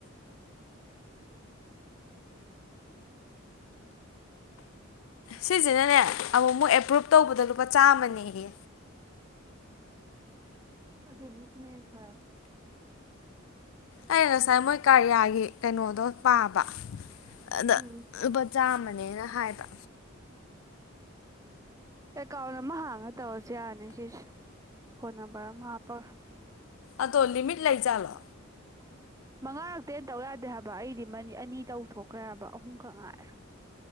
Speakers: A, on the right; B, on the left.
A: <unintelligible>
B: ꯁꯤꯁꯤꯅꯅꯦ ꯑꯃꯨꯛ ꯑꯃꯨꯛ ꯑꯦꯄ꯭ꯔꯨꯞ ꯇꯧꯕꯗ ꯂꯨꯄꯥ ꯆꯥꯝꯃꯅꯦꯌꯦ
A: ꯑꯗꯨꯗ ꯁꯤꯅ ꯍꯦꯟꯅ ꯐꯔꯦ
B: ꯑꯩ ꯉꯁꯥꯏ ꯃꯣꯏ ꯀꯔꯤꯌꯥꯒꯤ ꯀꯩꯅꯣꯗꯣ ꯄꯥꯕ ꯑꯗ
A: ꯎꯝ
B: ꯂꯨꯄꯥ ꯆꯥꯝꯃꯅꯦ ꯗ ꯍꯥꯏꯕ
A: ꯑꯦꯀꯥꯎꯟ ꯑꯃ ꯍꯥꯡꯉ ꯇꯧꯔꯁꯨ ꯌꯥꯔꯅꯤ ꯁꯤꯁꯨ ꯐꯣꯟ ꯅꯝꯕꯔ ꯑꯃ ꯍꯥꯞꯄꯒ
B: ꯑꯗꯣ ꯂꯤꯃꯤꯠ ꯂꯩꯖꯥꯠꯂꯣ
A: ꯃꯉꯥꯔꯛꯇꯩ ꯍꯦꯟꯅ ꯇꯧ ꯌꯥꯗꯦ ꯍꯥꯏꯕ ꯑꯩꯗꯤ ꯑꯅꯤ ꯇꯧꯊꯣꯛꯈ꯭ꯔꯦ ꯍꯥꯏꯕ ꯑꯍꯨꯝꯈꯛ ꯉꯥꯢꯔꯦ